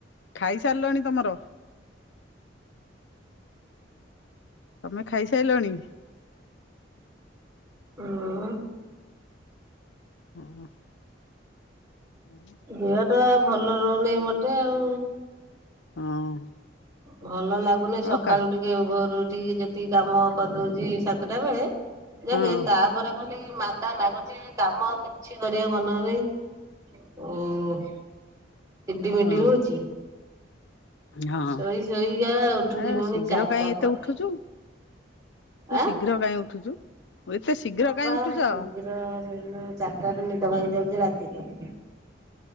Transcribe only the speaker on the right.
ହୁଁ
ଦେହ ଟା ଭଲ ରହୁନି ମୋଟେ ଆଉ।
ଭଲ ଲାଗୁନି
ସକାଳୁ
ଟିକେ ଭୋରୁ ଉଠିକି ଯେତିକି କାମ କରିଦଉଛି ସାତଟା ବେଳେ ଦେଖ
ତାପରେ ଖାଲି ମାନ୍ଦା ଲାଗୁଛି। କାମ କିଛି କରିବାକୁ ମନ ହଉନି ଉଁ ଚିଡିମିଡି
ହଉଛି
ଶୋଇ ଶୋଇକା ଉଠୁଛି
ପୁଣି
ଚାରିଟା
ପରେ
ଆଁ।
ହଁ
ବା
ଶୀଘ୍ର ସେନ ଚାରିଟାରୁ ନିଦ ଭାଙ୍ଗି ଯାଉଛି ରାତିରେ।